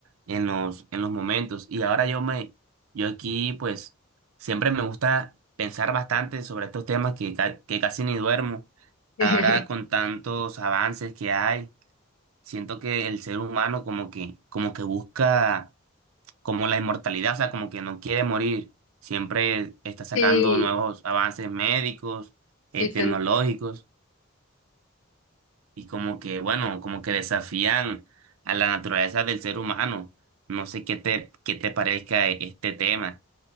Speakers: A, on the right (about 80°); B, on the left (about 75°).
A: en los, en los momentos. Y ahora yo me, yo aquí pues siempre me gusta pensar bastante sobre estos temas que, ca- que casi ni duermo.
B: <laughs>
A: Ahora con tantos avances que hay, siento que el ser humano como que, como que busca como la inmortalidad, o sea, como que no quiere morir. Siempre está sacando
B: Sí,
A: nuevos avances médicos, eh,
B: sí,
A: tecnológicos
B: te
A: y como que, bueno, como que desafían a la naturaleza del ser humano. No sé qué te, qué te parezca e- este tema.